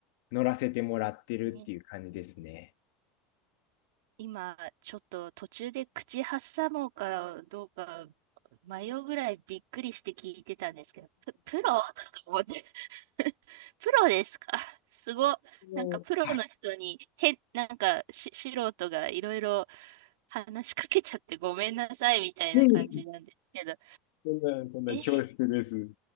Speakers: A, on the left; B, on the right.
A: 乗らせてもらってるっていう感じですね。
B: ね今、ちょっと途中で口挟もうかどうか迷うぐらいびっくりして聞いてたんですけど、プ、プロとか思って、<laughs> プロですか <laughs> すご。
A: もうはい。
B: なんかプロの人に、へ、なんかし素人がいろいろ話しかけちゃってごめんなさいみたいな感じなんですけど、
A: うんそんな、そんな恐縮です。
B: え、い